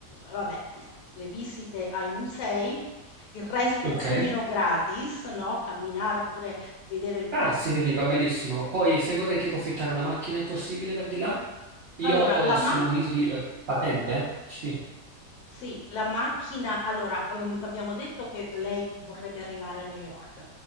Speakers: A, on the left; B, on the right.
A: vabbè, le visite ai musei, il resto
B: Ok.
A: è più o meno gratis, no, camminare oppure vedere il
B: Ah, sì, sì, sì, va benissimo. Poi, se vorrei tipo affittare una macchina, è possibile per di là? Io,
A: allora la
B: eh, sono
A: mac
B: munito di, eh, patente? Sì,
A: Sì, la macchina allora, uhm, abbiamo detto che lei vorrebbe arrivare a New York.